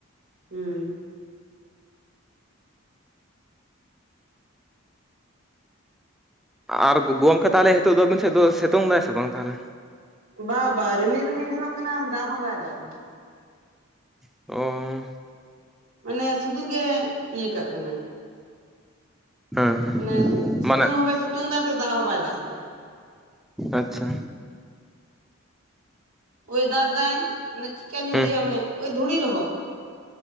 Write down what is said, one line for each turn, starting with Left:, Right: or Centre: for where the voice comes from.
Right: ᱦᱩᱸ
Centre: ᱟᱨ ᱜᱚᱢᱠᱮ ᱛᱟᱦᱚᱞᱮ ᱦᱤᱛᱳᱜ ᱫᱚ ᱟᱹᱵᱤᱱ ᱥᱮᱫ ᱫᱚ ᱥᱤᱛᱩᱝ ᱫᱟᱭ ᱥᱮ ᱵᱟᱝ ᱛᱟᱦᱚᱞᱮ
Right: ᱵᱟ ᱵᱟ ᱨᱤᱢᱤᱞ ᱨᱤᱢᱤᱞ ᱧᱮᱞᱚᱜ ᱠᱟᱱᱟ ᱫᱟᱜ ᱦᱚᱸ ᱵᱟᱭ ᱫᱟᱜ ᱮᱫᱟ
Centre: ᱚ
Right: ᱢᱟᱱᱮ ᱥᱩᱫᱩ ᱜᱮ ᱤᱭᱟᱹ ᱠᱟᱜ ᱠᱟᱱᱟ
Centre: ᱦᱮᱸ ᱦᱮᱸ
Right: ᱚᱱᱮ ᱥᱤᱛᱩᱝ
Centre: ᱢᱟᱱᱮ
Right: ᱦᱚᱸ ᱵᱟᱭ ᱥᱤᱛᱩᱝ ᱫᱟ ᱮᱱᱛᱮ ᱫᱟᱜ ᱦᱚᱸ ᱵᱟᱭ ᱫᱟᱜ ᱫᱟ
Centre: ᱟᱪᱪᱷᱟ
Right: ᱳᱭ ᱫᱟᱫᱟᱭ ᱚᱱᱮ ᱪᱮᱫᱠᱟᱧ
Centre: ᱦᱮᱸ
Right: ᱞᱟᱹᱭᱟ ᱢᱟᱱᱮ ᱳᱭ ᱫᱷᱩᱲᱤ ᱞᱚᱦᱚᱫ